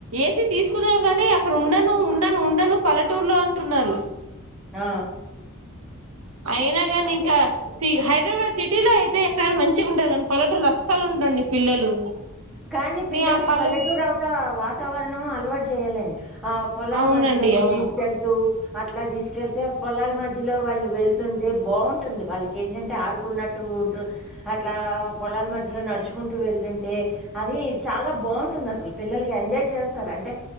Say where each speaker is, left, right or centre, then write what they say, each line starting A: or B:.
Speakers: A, on the right; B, in the centre.
A: ఏసీ తీసుకున్నా గాని అక్కడ ఉండను ఉండను ఉండను పల్లెటూరులో అంటున్నారు.
B: ఆ
A: అయినా గాని
B: అదే
A: ఇంకా సి హైదరాబాద్ సిటీలో అయితే ఎక్కడైనా మంచిగా ఉంటరు గానీ పల్లెటూరు లో అస్సలు ఉండరండి పిల్లలు
B: కానీ పిల్లలకి
A: ఆ పల్లె
B: పల్లెటూరు అవత వా వాతావరణం అలవాటు చెయ్యాలండి. ఆ పొలాల
A: అవునండి
B: మధ్యలోకి
A: అవును
B: తీసుకెళ్తూ అట్లా తీసుకెళ్తే పొలాల మధ్యలో వాళ్ళు వెళ్తుంటే బావుం టంది వాళ్ళకి ఏంటంటే ఆడుకున్నట్టు అటూ ఉంటూ అట్లా పొలాల మధ్యలో నడుచుకుంటూ వెళ్తుంటే అది చాలా బావుంటుంది అసలు పిల్లలకి ఎంజాయ్ చేస్తారు అంటే